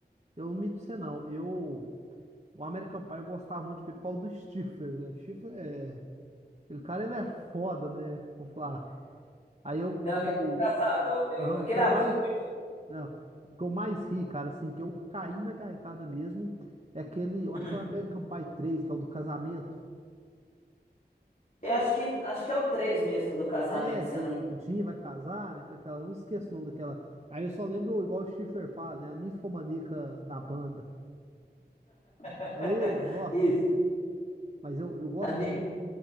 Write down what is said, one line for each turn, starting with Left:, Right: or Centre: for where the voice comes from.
Right: eu não mito você não. Eu. O American Pie eu gostava muito de ver por causa do Stifler, né? O Stifler é. Aquele cara, ele é foda, né? Vou falar. Aí eu,
Left: Não,
Right: o,
Left: ele é engraçadão mesmo.
Right: ah,
Left: Aquele
Right: o que eu
Left: ator
Right: mais,
Left: é muito
Right: ah, o que eu mais ri, cara, assim, que eu caí na gaitada mesmo, é aquele, eu
Left: bom.
Right: acho
Left: Hum.
Right: que é o American Pie três que é o do casamento.
Left: Eu acho que acho que é o 3 mesmo do casamento,
Right: É,
Left: se
Right: que
Left: eu
Right: o
Left: não me
Right: o Jim vai casar, né? Com aquela, eu não esqueço o nome daquela. Aí eu só lembro, igual o Stifler fala, né? A ninfomaníaca da banda.
Left: engano.
Right: Aí, nossa,
Left: <laughs> Isso.
Right: mas eu, eu gosto
Left: A Ni-
Right: muito.